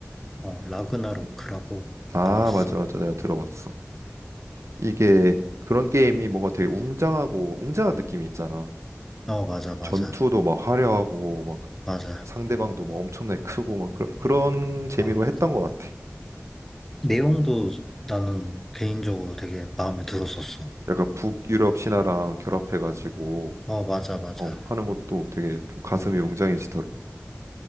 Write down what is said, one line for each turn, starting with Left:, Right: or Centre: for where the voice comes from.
Centre: 어, 라그나로크라고
Right: 음. 아,
Centre: 나왔어.
Right: 맞아, 맞아. 내가 들어봤어. 이게 그런 게임이 뭔가 되게 웅장하고 웅장한 느낌이 있잖아.
Centre: 어, 맞아, 맞아,
Right: 전투도 막 화려하고 막
Centre: 맞아.
Right: 상대방도 막 엄청나게 크고 막 그런 그런 재미로
Centre: 어,
Right: 했던 것 같아.
Centre: 내용도 나는 개인적으로 되게 마음에 들었었어.
Right: 약간 북유럽 신화랑 결합해가지고
Centre: 어, 맞아, 맞아.
Right: 어, 하는 것도 되게 좀 가슴이 웅장해지더라고.